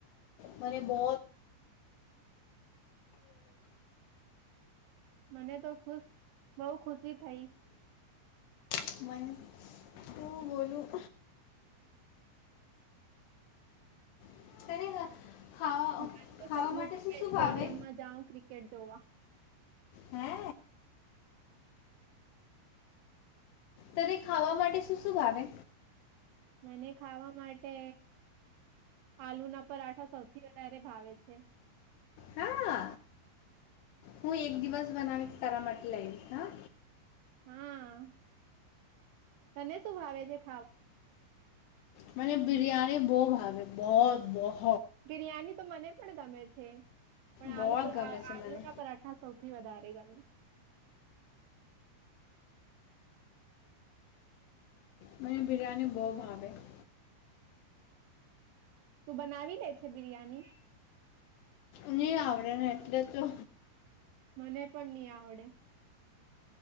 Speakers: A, on the left; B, on the right.
A: મને બઉ
B: મને તો ખુશ બઉ ખુશી થઈ.
A: <inaudible> બોલું <inaudible> ખાવા
B: મારા તો
A: ખાવા માટે
B: સ
A: શું શું
B: સ્ટેડિયમ
A: ભાવે
B: માં જાઉં ક્રિકેટ જોવા
A: હે ત્યારે ખાવા માટે શું શું ભાવે
B: મને ખાવા માટે આલુ ના પરાઠા સૌથી વધારે ભાવે છે.
A: હા હું એક દિવસ બનાવી કર મટ હા.
B: હા. તને શું ભાવે છે ખાવાનું.
A: મ બિરિયાની બહ ભાગે બહત બહ
B: બિરિયાની તો મને પણ ગમે છે. પણ
A: બહુ
B: આલુ
A: ગમે છે
B: આલુ
A: મને
B: ના પરાઠા સૌથી થી વધારે ગમે.
A: મને બિરિયાની બહુ ભાવે છે.
B: તું બનાવી દે છે બિરિયાની.
A: નહી આવડેને એટલે તો
B: મને પણ નહી આવડે.